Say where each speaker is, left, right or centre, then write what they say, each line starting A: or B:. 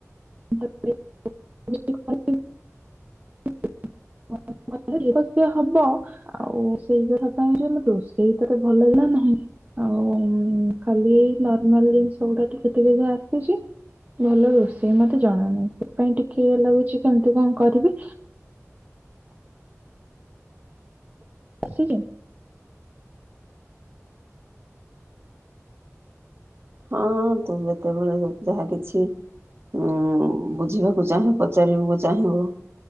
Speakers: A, on the right; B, on the right.
A: <unintelligible> ସେ ହବ। ଆଉ ସେଇ କଥା ପାଇଁ ଯେ ରୋଷେଇ ତତେ ଭଲ ଜଣା ନାହିଁ ଆଉ ଖାଲି ଏଇ ନର୍ମାଲ ଜିନିଷ ଗୁଡା ଟିକେ ଟିକେ ଯା ଆସୁଛି। ଭଲ ରୋଷେଇ ମତେ ଜଣା ନାହିଁ। ସେଥିପାଇଁ ଟିକେ ଇଏ ଲାଗୁଛି କେମତି କଣ କରିବି। ବସିଚ।
B: ହଁ ତୁ ଯେତେବେଳେ ଯା ଯାହା କିଛି। ଉ ବୁଝିବାକୁ ଚାହିଁ ପଚାରିବାକୁ ଚାହିଁବୁ।